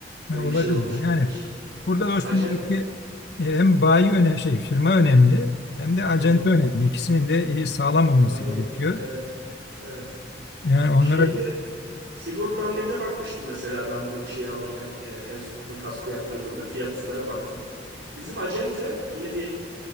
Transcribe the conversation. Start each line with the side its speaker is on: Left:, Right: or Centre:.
Left: Ha,
Right: Böyle
Left: olabilir.
Right: bir şey de olmuş olabilir.
Left: Yani burada dostum
Right: Acen,
Left: diyor ki, e, hem bayi önemli şey firma önemli hem de acenta
Right: hı hı,
Left: önemli. İkisinin de e, sağlam olması
Right: anladım.
Left: gerekiyor.
Right: Evet, evet.
Left: Yani onlara
Right: Şey Sigorta Amlet'e bakmıştım mesela ben bu şeyi alırken e, en son kasko yaptırdığımda fiyatlara baktım. Bizim acente yine bir